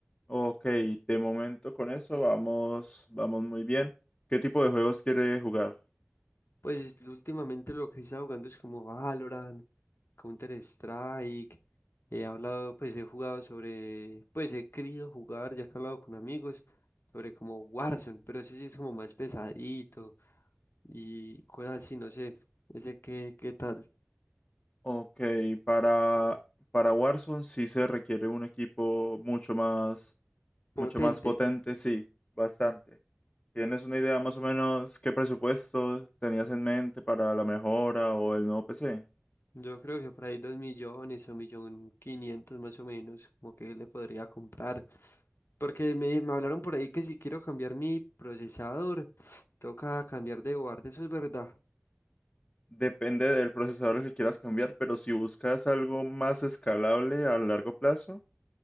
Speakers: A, on the left; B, on the left.
A: ok, de momento con eso vamos, vamos muy bien. ¿Qué tipo de juegos quiere jugar?
B: Pues últimamente lo que he estado jugando es como Valorant, Counter-Strike. He hablado, pues he jugado sobre, pues he querido jugar, ya que he hablado con amigos, sobre como Warzone, pero ese sí es como más pesadito y cosas así, no sé, ese que, qué qué tal,
A: Ok, para, para Warzone sí se requiere un equipo mucho más,
B: potente.
A: mucho más potente, sí, bastante. ¿Tienes una idea más o menos qué presupuesto tenías en mente para la mejora o el nuevo PC?
B: Yo creo que por ahí dos millones o millón quinientos más o menos, como que le podría comprar. Porque me, me hablaron por ahí que si quiero cambiar mi procesador, <sniffs> toca cambiar de board, eso es verdad.
A: Depende del procesador que quieras cambiar, pero si buscas algo más escalable a largo plazo,